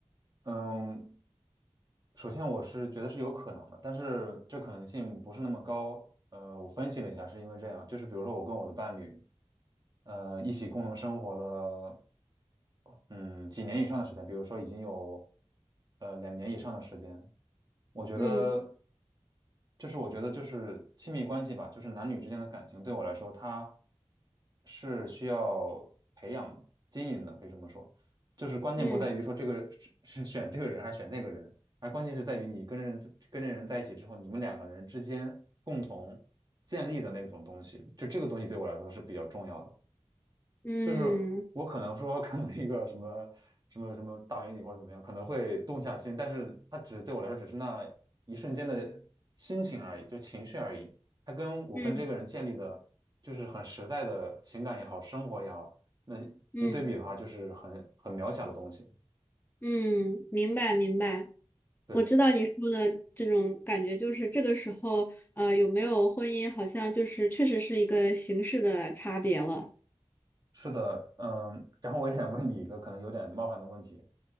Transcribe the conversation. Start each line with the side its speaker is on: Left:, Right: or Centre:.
Right: 嗯，首先我是觉得是有可能的，但是这可能性不是那么高。呃，我分析了一下，是因为这样，就是比如说我跟我的伴侣。呃，一起共同生活了，嗯，几年以上的时间，比如说已经有呃两年以上的时间，我觉得，
Left: 嗯
Right: 就是我觉得就是亲密关系吧，就是男女之间的感情，对我来说，它是需要培养的、经营的，可以这么说。就是关键不在于说这个是是选这个人还是选那个人，
Left: 嗯
Right: 而关键是在于你跟人跟这人在一起之后，你们两个人之间共同建立的那种东西，就这个东西对我来说是比较重要的。
Left: 嗯
Right: 就是我可能说看到一个什么什么什么大美女或者怎么样，可能会动下心，但是它只对我来说只是那一瞬间的心情而已，就情绪而已。它跟我跟这个人建立的，
Left: 嗯
Right: 就是很实在的情感也好，生活也好，那一对比的话，
Left: 嗯，
Right: 就是很很渺小的东西。
Left: 嗯明白明白。
Right: 对。
Left: 我知道你说的这种感觉，就是这个时候，呃，有没有婚姻，好像就是确实是一个形式的差别了。
Right: 是的，嗯，然后我也想问你一个可能有点冒犯的问题，